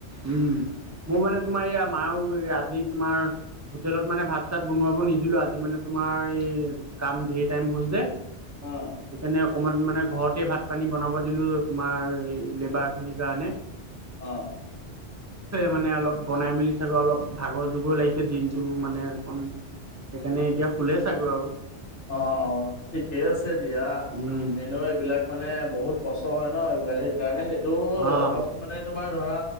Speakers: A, on the right; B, on the left.
A: উম। মোৰ মানে তোমাৰ এইয়া মাইও আজি তোমাৰ হোটেলত মানে ভাত-চাত বনাব নিদিলো। আজি মানে তোমাৰ এই কাম ধেৰ টাইম হল যে। সেইকাৰণে
B: অ,
A: অকমান মানে ঘৰতে ভাত পানী বনাব দিলো তোমাৰ লেবাৰ খিনিৰ কাৰণে।
B: অ।
A: মানে অলপ বনাই মেলি চাগৈ অলপ ভাগৰ জোগৰ লাগিছে দিনটো মানে এখন সেইকাৰণে এতিয়া খুলে চাগৈ আৰু।
B: অ-অ ঠিকে আছে দিয়া।
A: উম
B: এনেও এইবিলাক মানে বহুত কষ্ট হয় ন এইবিলাক। সেইকাৰণে সেইটো
A: অ'
B: অলপ মানে তোমাৰ ধৰা